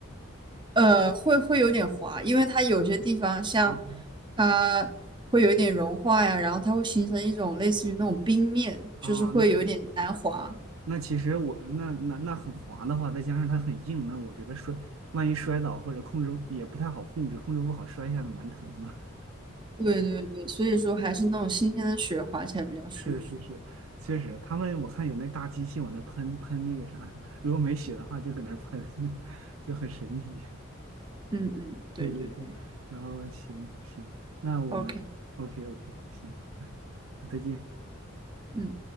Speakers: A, on the right (about 20°); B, on the right (about 80°).
A: 呃，会会有点滑，因为它有些地方像
B: 啊
A: 它会有一点融化呀，然后它会形成一种类似于那种冰面，
B: 啊，
A: 就是会有点难滑。
B: 那啊，那其实我那那那很滑的话，再加上它很硬，那我觉得摔，万一摔倒或者控制也不太好控制，控制不好摔下来蛮疼的。<laughs>
A: 对对对，所以说还是那种新鲜的雪滑起来比较舒服。
B: 是是是，确实，他们我看有那大机器往那喷喷那个啥，如果没血的话就搁那儿喷，<laughs> 就很神奇。
A: 嗯嗯，对对对
B: 对对对，然后行行，那我们
A: ，OK，
B: OK OK 行，<laughs> 再见。
A: 嗯。